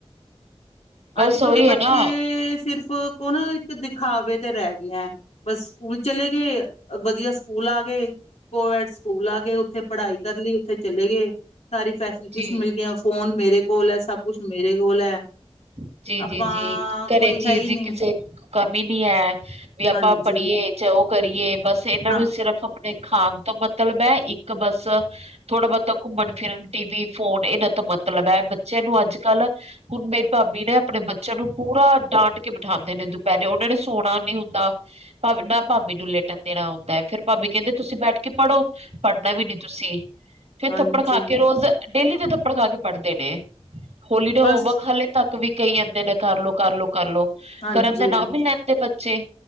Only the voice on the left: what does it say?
ਅੱਜ
ਕੱਲ੍ਹ ਦੇ ਬੱਚੇ
ਸਿਰਫ਼। ਉਹਨੂੰ ਇੱਕ ਦਿਖਾਵੇ ਤੇ ਰਹਿ ਗਈਆਂ ਬਸ ਸਕੂਲ ਚਲੇ ਗਏ ਵਧੀਆ ਸਕੂਲ ਆ ਗਏ। ਕੋ-ਐਡ ਸਕੂਲ ਆ ਗਏ ਉੱਥੇ ਪੜ੍ਹਾਈ ਕਰ ਲਈ ਉੱਥੇ ਚਲੇ ਗਏ। ਸਾਰੀ ਫੈਸਿਲਿਟੀਜ਼
ਮਿਲ ਗਈਆਂ ਫੋਨ ਮੇਰੇ ਕੋਲ ਹੈ, ਸਭ ਕੁਛ ਮੇਰੇ ਕੋਲ ਹੈ।
ਆਪਾਂ
ਕੋਈ
ਹੈ ਹੀ
ਨਹੀਂ
ਹਾਂਜੀ
ਨਾ
ਹਾਂਜੀ
ਬਸ
ਹਾਂਜੀ